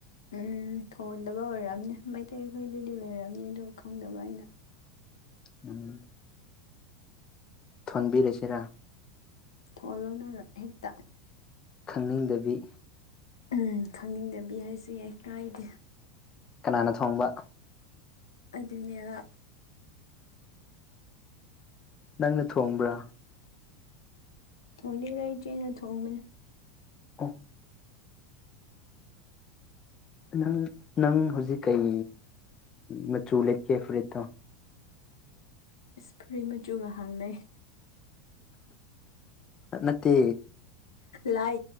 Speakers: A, on the left (about 70°); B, on the left (about 25°).
A: ꯎꯝ ꯊꯣꯟꯗꯕ ꯑꯣꯏꯔꯝꯅꯤ ꯃꯩꯇꯩ ꯈꯣꯏꯗꯗꯤ ꯂꯩꯔꯝꯅꯤ ꯗꯨ ꯈꯪꯗꯕ ꯑꯩꯅ꯫
B: ꯎꯝ ꯊꯣꯟꯕꯤꯔꯁꯤꯔꯥ?
A: ꯊꯣꯛꯍ ꯂꯣꯏꯅ ꯍꯦꯛꯇ
B: ꯈꯪꯅꯤꯡꯗꯕꯤ
A: ꯎ ꯈꯪꯅꯤꯡꯗꯕꯤ ꯍꯥꯏꯁꯤ ꯑꯩꯏ ꯀꯥꯏꯗꯦ
B: ꯀꯅꯥꯅ ꯊꯣꯡꯕ
A: ꯑꯗꯨꯅꯦꯕ
B: ꯅꯪꯅ ꯊꯣꯡꯕ꯭ꯔꯥ
A: ꯊꯣꯡꯖꯦ ꯂꯔꯤ ꯆꯦꯅ ꯊꯣꯡꯕꯅꯦ
B: ꯑ ꯅꯪ ꯅꯪ ꯍꯧꯖꯤꯛ ꯀꯩ ꯃꯆꯨ ꯂꯩꯀꯦ ꯐꯨꯔꯤꯠꯇꯣ
A: ꯏꯁꯄ꯭ꯔꯤ ꯃꯆꯨꯒ ꯍꯥꯡꯅꯩ
B: ꯅꯠꯇꯦ
A: ꯂꯥꯏ